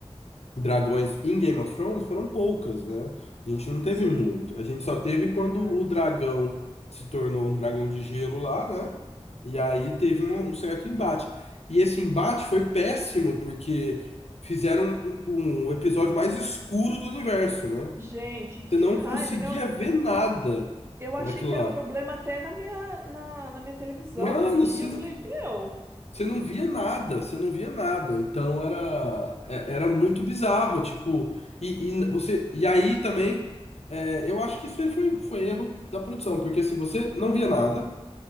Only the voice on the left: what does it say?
dragões em Game of Thrones foram poucas, né? A gente não teve
muito. A gente só teve
quando
o dragão se tornou um dragão de gelo lá, né? E aí teve um, um certo embate. E esse embate foi péssimo, porque fizeram um um episódio mais escuro do universo, né?
Você não
conseguia
ver nada
naquilo
lá.
Mano,
você
não,
você não via nada, você não via nada. Então era, é- era muito bizarro, tipo, e, e você, e aí também, é, eu acho que isso aí foi, foi erro da produção, porque assim, você não via nada,